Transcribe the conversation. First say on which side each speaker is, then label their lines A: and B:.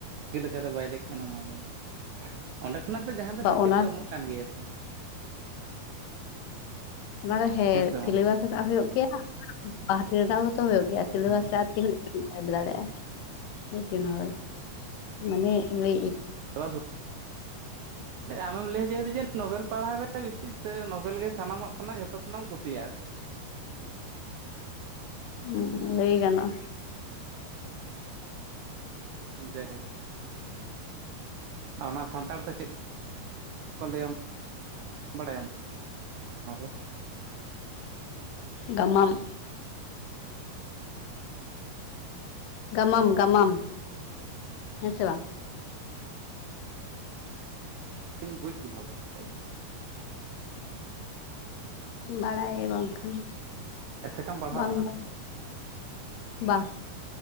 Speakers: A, on the right; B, on the left.
A: ᱪᱮᱫ ᱞᱮᱠᱟ ᱞᱮᱠᱟ ᱛᱮ ᱵᱟᱭ ᱫᱮᱡ ᱠᱟᱱᱟ ᱢᱟ ᱞᱟᱹᱭ ᱢᱮ? ᱚᱸᱰᱮ ᱠᱷᱚᱱᱟᱜ ᱫᱚ ᱡᱟᱦᱟᱸ ᱫᱚ ᱥᱮᱪᱮᱫ
B: ᱚᱱᱟ
A: ᱫᱚ ᱮᱢᱚᱜ ᱠᱟᱱ ᱜᱮᱭᱟ ᱥᱮ
B: ᱚᱱᱟ ᱫᱚ ᱦᱮᱸ
A: ᱥᱮ
B: ᱥᱤᱞᱮᱵᱟᱥ
A: ᱵᱟᱝ
B: ᱨᱮᱱᱟᱜ ᱦᱩᱭᱩᱜ ᱜᱮᱭᱟ ᱵᱟᱦᱨᱮ ᱨᱮᱱᱟᱜ ᱦᱚᱸ ᱡᱚᱛᱚ ᱦᱩᱭᱩᱜ ᱜᱮᱭᱟ ᱥᱤᱞᱮᱵᱟᱥ
A: ᱦᱮᱸ
B: ᱨᱮ ᱟᱨ ᱛᱤᱱᱟᱹᱜ ᱥᱮᱴ ᱫᱟᱲᱮᱭᱟᱜᱼᱟ ᱢᱤᱫ ᱴᱮᱱ ᱦᱚᱲ ᱢᱟᱱᱮ ᱞᱮᱭᱮᱫ ᱤᱧ
A: ᱪ <inaudible> ᱟᱢᱮᱢ ᱞᱟᱹᱭ ᱦᱚᱪᱚᱭᱮᱫᱟ ᱡᱮ ᱱᱳᱵᱮᱞ ᱯᱟᱲᱦᱟᱣ ᱨᱮ ᱵᱮᱥᱤ ᱥᱮ ᱱᱚᱵᱮᱞ ᱜᱮ ᱥᱟᱱᱟᱢᱟᱜ ᱠᱷᱚᱱᱟᱜ ᱡᱚᱛᱚ ᱠᱷᱚᱱᱟᱜ ᱮᱢ ᱠᱩᱥᱤᱭᱟᱜᱼᱟ ᱥᱮᱪᱮᱫ?
B: ᱦᱩᱸ ᱞᱟᱹᱭ ᱜᱟᱱᱚᱜᱼᱟ᱾
A: ᱡᱟᱭ ᱦᱳᱠ, ᱚᱱᱟ ᱥᱟᱱᱛᱟᱲ ᱛᱮ ᱪᱮᱫ? <unintelligible> ᱵᱟᱲᱟᱭᱟᱢ <unintelligible>
B: ᱜᱟᱢᱟᱢ, ᱜᱟᱢᱟᱢ ᱜᱟᱢᱟᱢ ᱦᱮᱸ ᱥᱮ ᱵᱟᱝ?
A: ᱤᱧ ᱵᱩᱡᱽ ᱠᱮᱫᱟᱞᱮ ᱟᱹᱰᱤ ᱮᱴᱟᱜ ᱜᱮᱭᱟ,
B: ᱵᱟᱲᱟᱭ ᱵᱟᱝᱠᱷᱟᱱ
A: ᱮᱥᱮᱠᱟᱢ ᱯᱟᱲᱦᱟᱣ
B: ᱵᱟᱝ
A: ᱠᱟᱱᱟ
B: ᱵᱟᱲᱟᱭᱟ
A: ᱥᱮ ᱪᱮᱫ
B: ᱵᱟᱦ,